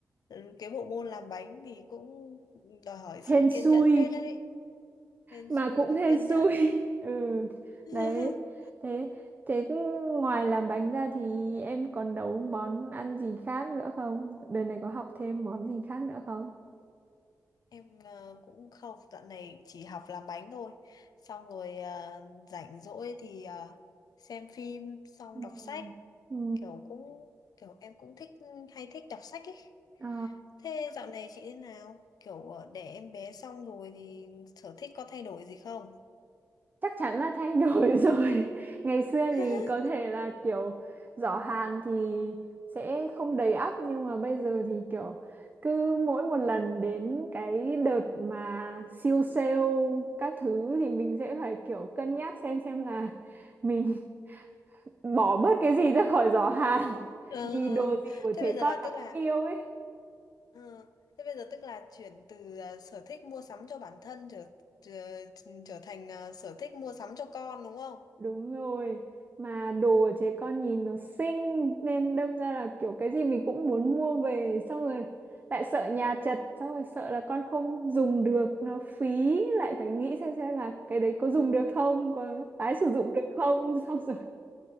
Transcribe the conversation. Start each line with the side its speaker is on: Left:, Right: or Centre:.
Left: ừ, Cái bộ môn làm bánh thì cũng đòi hỏi sự
Right: hên
Left: kiên
Right: xui
Left: nhẫn phết đấy Hên
Right: mà
Left: xui
Right: cũng
Left: rồi
Right: hên
Left: kiên
Right: xui
Left: nhẫn
Right: <laughs> ừ
Left: <laughs>
Right: đấy thế thế cứ ngoài làm bánh ra thì em còn nấu món ăn gì khác nữa không đợt này có học thêm món gì khác nữa không
Left: Em ờ, cũng không, dạo này chỉ học làm bánh thôi. Xong rồi ờ, rảnh rỗi thì ờ, xem phim, xong
Right: Ừ.
Left: đọc sách,
Right: Ừ.
Left: kiểu cũng kiểu em cũng thích hay thích đọc sách ấy.
Right: Ờ,
Left: Thế dạo này chị thế nào? Kiểu ờ, đẻ em bé xong rồi thì sở thích có thay đổi gì không?
Right: chắc chắn là thay đổi <laughs> rồi. Ngày xưa thì
Left: <laughs>
Right: có thể là kiểu giỏ hàng thì sẽ không đầy ắp nhưng mà bây giờ thì kiểu cứ mỗi một lần đến cái đợt mà siêu sale các thứ thì mình sẽ phải kiểu cân nhắc xem xem là mình <laughs> bỏ bớt cái gì ra khỏi giỏ hàng <laughs>
Left: Ờ,
Right: vì đồ gì của trẻ
Left: thế bây giờ
Right: con
Left: là
Right: nó
Left: tức là
Right: cũng yêu ấy.
Left: ờ, thế bây giờ tức là chuyển từ ờ, sở thích mua sắm cho bản thân trở trở, trở thành ờ, sở thích mua sắm cho con đúng không?
Right: Đúng rồi, mà đồ của trẻ con nhìn nó xinh nên đâm ra là kiểu cái gì mình cũng muốn mua về xong rồi lại sợ nhà chật xong rồi sợ là con không dùng được nó phí lại phải nghĩ xem xem là cái đấy có dùng được không có tái sử dụng được không <laughs> xong rồi